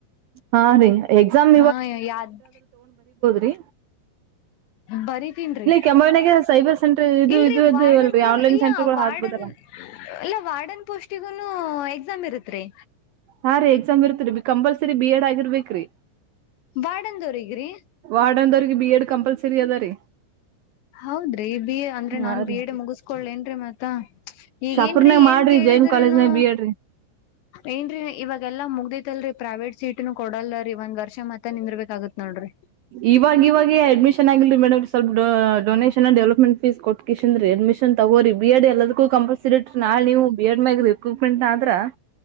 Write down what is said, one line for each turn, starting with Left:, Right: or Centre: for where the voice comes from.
Right: ಹಾ ರೀ ಎಕ್ಸಾಮ್
Left: ಹ್ಹಾ ಯಾದ್-
Right: ಡಿ.
Left: ಬರೀ ತಿನ್ರಿ.
Right: ಕೆಂಬಾವಿನಾಗೆ ಸೈಬರ್ ಸೆಂಟರ್ ಇದು
Left: ಇಲ್ರಿ
Right: ಇದು ಅದು
Left: ವಾರ್ಡನ್ಗು
Right: ಅಲ್ರಿ ಆನ್ಲೈನ್
Left: ಇಲ್ಲ
Right: ಸೆಂಟರ್ಗಳು
Left: ವಾರ್ಡನ್
Right: ಹಾಕ್ಬೋದಲ್ಲ
Left: ಇಲ್ಲ ವಾರ್ಡನ್ ಪೋಸ್ಟ್ ಗಿ ನು ಹ ಎಕ್ಸಾಮ್ ಇರುತ್ರಿ.
Right: ಹಾ ರೀ ಎಕ್ಸಾಮ್ ಇರ್ತ್ರಿ ಕಂಪಲ್ಸರಿ ಬಿ ಎಡ್ ಆಗಿರ್ಬೇಕರಿ.
Left: ಬಾಡಂದವರಿಗ್ರಿ.
Right: ವಾಡಂಬೂರಿಗಿ ಬಿ ಎಡ್ ಕಂಪಲ್ಸರಿ ಅದ ರೀ.
Left: ಹೌದ್ರಿ ಬಿ ಅಂದ್ರೆ ನಾನ್
Right: ಹಾ
Left: ಬಿ
Right: ರೀ
Left: ಎಡ್ ಮುಗಿಸಕೊಳ್ನ್ರೀ ಮತ್ತ ಈಗೇನ್ರೀ
Right: ಶಾಪುರ್ನಾಗ
Left: ಏನ್
Right: ಮಾಡ್ರಿ
Left: ಕೇಳಿದ್ರನು
Right: ಜೈನ್ ಕಾಲೇಜ್ನಾಗ ಬಿ ಎಡ್ ರೀ
Left: ಏನ್ ರೀ ಇವಾಗ- ಎಲ್ಲ ಮುಗ್ದೈತ್ಲ್ರಿ ಪ್ರೈವೇಟ್ ಸೀಟ್ ನ ಕೊಡಲ್ದ ರೀ ಒಂದ್ ವರ್ಷ- ಮತ್ತ ನಿಂದಿರ್ಬೇಕಾಗತ್ ನೋಡ್ರಿ
Right: ಇವಾಗ ಇವಾಗ ಅಡ್ಮಿಷನ್. ಚೆನ್ನಾಗಿಲ್ರಿ ಮೇಡಮ್ ಸ್ವಲ್ಪ ಡೊನೇಷನ್ ಡೆವಲಪ್ಮೆಂಟ್ ಫೀಸ್ ಕೊಟಕ್ಕೆ ಸೀನ್ದರಿ ಅಡ್ಮಿಷನ್ ತಗೋ ರಿ ಬಿ ಎಡ್ ಎಲ್ಲದಕ್ಕೂ ಕಂಪಲ್ಸರಿ ಇಟ್ರ ನಾಳೆ ನೀವು ಬಿ ಎಡ್ ಮ್ಯಾಗ ರಿಕ್ರೂಟ್ಮೆಂಟ್ ಆದ್ರ-